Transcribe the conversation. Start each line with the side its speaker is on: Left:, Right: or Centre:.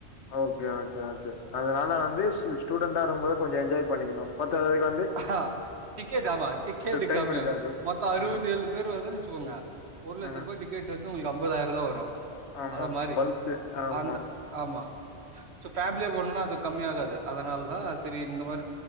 Left: okay - okay - okay அதனால வந்து ஸூடெண்டா இருகம்போதே கொஞ்ஜோ எண்ஜாய் பண்ணிகனு மத்தது <unintelligible>
Right: அஹ டிக்கெட் ஆமா டிக்கெட்டு
Left: டைம்
Right: கம்மியாகு
Left: இருக்காது
Right: மொத்த அறுவத்தி
Left: ஆ
Right: ஏழு பேர்வர்துவெச்சுக்கோங்க ஒரு லட்ச
Left: ஆ
Right: ரூபா டிக்கெட் உங்களுக்கு அம்பதாயிர தா வரு
Left: ஆமா
Right: அத மாரி
Left: பல்க்கு ஆமா
Right: அந்த ஆமா சோ இத்லியே போனோனா அது கம்மியாகாது அதனால தா செரி இந்த மாரி